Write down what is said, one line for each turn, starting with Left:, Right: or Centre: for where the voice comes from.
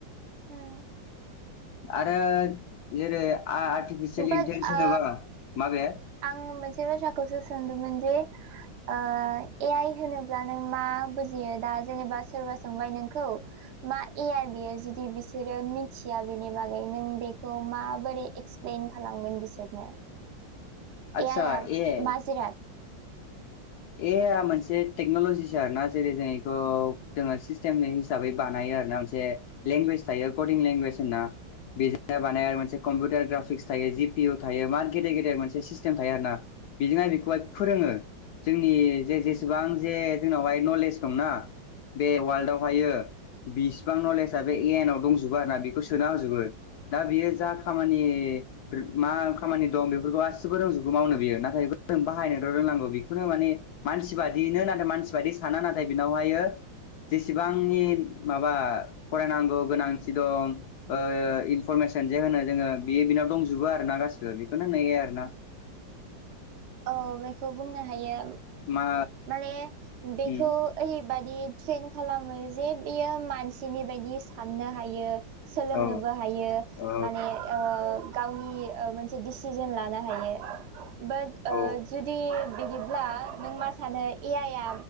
Right: उम
Left: आरो जेरै आर्टिफिसियेल
Right: बाट
Left: इन्टेलिजेन्स
Right: ओ
Left: होनोबा माबे
Right: आं मोनसे बाथ्राखौसो सोंदोंमोन जे ए आइ होनोब्ला नों मा बुजियो दा जेनेबा सोरबा सोंबाय नोंखौ मा एयार बियो जुदि बिसोरो मिथिया बेनि बागै नों बेखौ माबोरै एक्सप्लेन खालामगोन बिसोरनो
Left: आदसा
Right: ए आइ आ
Left: ए
Right: माजिराद
Left: ए मोनसे टेक्न'लजिसो आर ना जेरै जों बेखौ जोंङो सिस्टेमनि हिसाबै बानाय मोनसे लेंवेज थायों लेंगुेज होनना बेजोंनो बानाय आरो मोनसे कम्पिउटार ग्राफिक्स थायो जि पिअ थायो मार गेदेर- गेदेर मोनसे सिस्टेम थायो आर ना बेजोंनो बेखौब फोरोंङो जोंनि जे जेसेबां जे जोंनावहाय नलेज दंना बे वालल्डआवहायो बिसिबां नलेजआ बे ए आइ नाव दंजोबो आरो ना बेखौ सोना होजोबो दा बियो जा खामानि मा खामानि दं बेफोरखौ गासिबो रोंजौगबो मावनो बियो नाथाय जों बाहायनो र' रोंनांगौ बेखौ खुनु माने मानसि बादियनो नाथाय मानसि बादि साना नाथाय बेनावहायो जेसेबांनि माबा फरायनांगौ गोनांथि दं इनफरमेसन सेनजाया होनो जोंङो बे बिनाव दंजोबो आरो ना गासिबो बेखौनो नेनाययो आरो ना
Right: औ बेखौ बुंनो हायो
Left: मा
Right: माने बेखौ
Left: उम
Right: ओय बेबादि ट्रेन खालामो जे बियो मानसिनि बायदि साननो हायो । सोलोंनोबो
Left: औ
Right: हायो
Left: औ
Right: माने ओ गावनि मोनसे डिसिजन लानो हायो बाट
Left: औ
Right: जुदि बिदिब्ला नों मा सानो ए आइआ